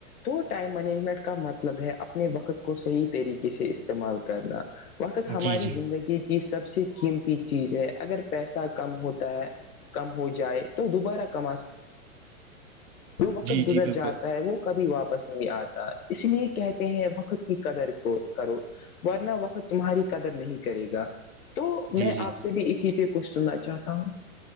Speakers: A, on the left; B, on the right.
A: تو ٹائم مینجمنٹ کا مطلب ہے اپنے وقت کو صحیح طریقے سے استعمال کرنا وقت ہماری
B: جی جی
A: زندگی کی سب سے قیمتی چیز ہے اگر پیسہ کم ہوتا ہے کم ہو جائے تو دوبارہ کماسکتے تو وقت
B: جی
A: گزر
B: جی بالکل
A: جاتا ہے وہ کبھی واپس نہیں آتا اس لیے کہتے ہیں وقت کی قدر کو کرو ورنہ وقت تمہاری قدر نہیں کرے گا تو
B: جی
A: میں
B: جی
A: آپ سے بھی اسی پہ کچھ سننا چاہتا ہوں